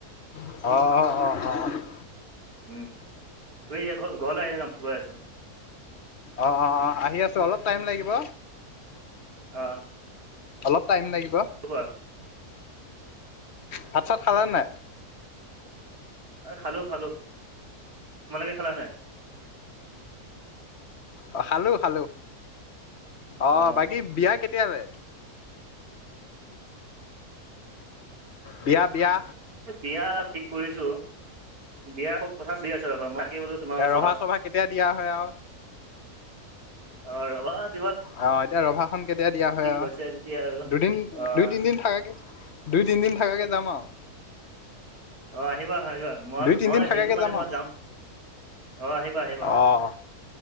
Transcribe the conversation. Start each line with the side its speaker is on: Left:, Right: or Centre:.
Left: অ-অ-অ-অ-অ।
Right: উম, তুমি ইয়ে ঘল-ঘৰলে আহিলে যাম, গৈ আছোঁ।
Left: অহ-অহ-অহ, আহি আছো অলপ টাইম লাগিব।
Right: অহ।
Left: অলপ টাইম লাগিব।
Right: কোৱা।
Left: ভাত-চাত খালানে নাই?
Right: এই খালোঁ খালোঁ। তোমালোকে খালানে নাই?
Left: অহ, খালোঁ খালোঁ। অহ,
Right: অঁ
Left: বাকী বিয়া কেতিয়ালে? বিয়া, বিয়া।
Right: বিয়া ঠিক কৰিছো। বিয়া ক-কথা চলি আছে ৰ'বা। বাকী বোলো তোমাৰ
Left: এ
Right: ওচৰত
Left: ৰভা-চভা
Right: আহোঁ
Left: কেতিয়া দিয়া হয় আৰু।
Right: অহ, ৰভাত
Left: অহ, এতিয়া ৰভাখন কেতিয়া দিয়া হয় আৰু।
Right: হৈছে যেতিয়া
Left: দুদিন
Right: অঁ
Left: দুই তিনদিন থাকাকে। দুই তিনিদিন থাকাকে যাম আৰু।
Right: অহ, আহিবা আহিবা। মই-মই
Left: দুই তিনদিন থাকাকে
Right: সেইটো কাৰণে মই
Left: আৰু
Right: যাম। অহ, আহিবা আহিবা।
Left: অ'